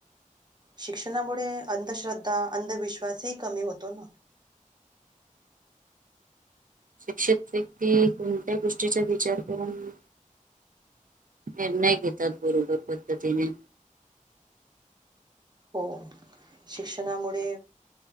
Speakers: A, on the right (about 30°); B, on the right (about 80°).
A: शिक्षणामुळे अंधश्रद्धा अंधविश्वास हे कमी होतों ना
B: शिक्षित व्यक्ती कोणत्या गोष्टींचा विचार करूंन निर्णय घेतात बरोबर पद्धतीनें
A: हो शिक्षणामुळे